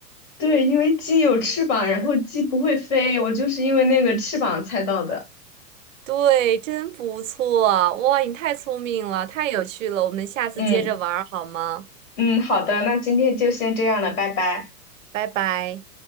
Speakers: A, on the left; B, on the right.
A: 对，因为鸡有翅膀，然后鸡不会飞，我就是因为那个翅膀猜到的。
B: 对，真不错啊！哇，你太聪明了，太有趣了，我们下次接着玩儿好吗？
A: 嗯嗯，好的，那今天就先这样了，拜拜。
B: 拜拜。